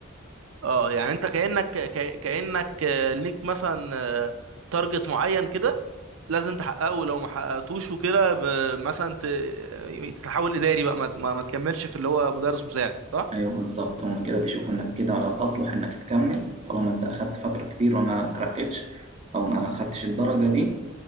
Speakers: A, on the right; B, on the right.
A: اه يعني انت كأنك ك- كأنك آه، ليك مثلا آه، تارجت معين كده لازم تحققه لو ما حققتوش وكده ب- مثلا ت- تتحول إداري بقى ما ما ما تكملش في اللي هو مدرس مساعد صح؟
B: ايوه بالظبط هم كده بيشوفوا انك كده لا تصلح انك تكمل طالما انت اخدت فتره كبيره ما ترقتش او ما اخدتش الدرجه دي